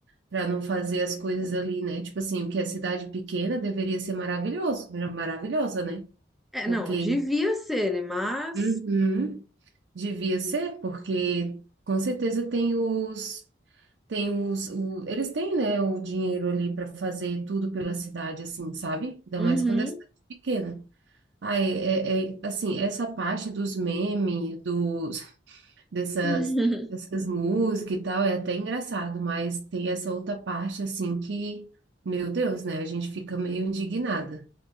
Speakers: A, on the right; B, in the centre.
A: para não fazer as coisas ali, né? Tipo assim, o que é cidade pequena deveria ser maravilhoso, maravilhosa, né?
B: É,
A: Porque
B: não, devia ser, né? Mas.
A: uhum, devia ser, porque com certeza tem os tem os o- eles têm, né, o dinheiro ali para fazer tudo pela cidade assim, sabe? Ainda
B: Uhum.
A: mais quando é cidade pequena. Ah, é, é, é, assim, essa parte dos memes, dos dessas,
B: <laughs>
A: dessas músicas e tal, é até engraçado, mas tem essa outra parte assim que, meu Deus, né? A gente fica meio indignada.